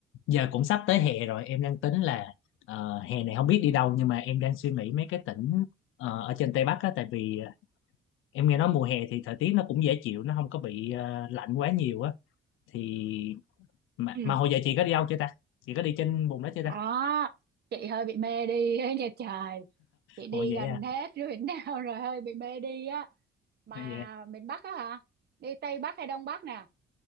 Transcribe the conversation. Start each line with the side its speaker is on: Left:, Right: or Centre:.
Left: giờ cũng sắp tới hè rồi em đang tính là ờ, hè này không biết đi đâu nhưng mà em đang suy nghĩ mấy cái tỉnh ờ, ở trên Tây Bắc á tại vì ờ, em nghe nói mùa hè thì thời tiết nó cũng dễ chịu nó không có bị ờ, lạnh quá nhiều á thì mà,
Right: Ừ,
Left: mà hồi giờ chị có đi đâu chưa ta chị có đi trên vùng đó chưa
Right: đó
Left: ta
Right: chị hơi bị mê đi ấy <laughs> nha trời chị đi
Left: hồi vậy
Right: gần
Left: à
Right: hết rồi miền nào <laughs> rồi hơi bị mê đi á mà
Left: Ồ, vậy à.
Right: miền Bắc á hả đi Tây Bắc hay Đông Bắc nè